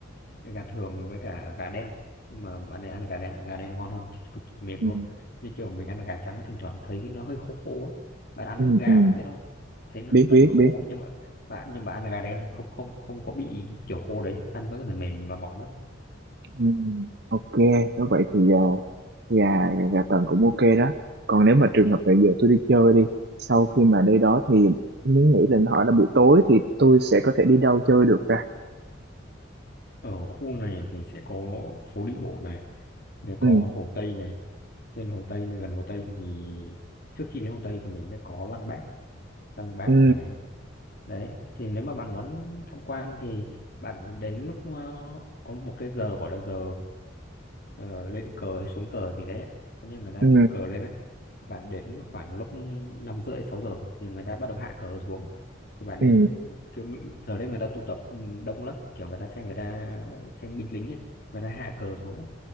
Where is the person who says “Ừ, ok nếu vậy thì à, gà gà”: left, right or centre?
Right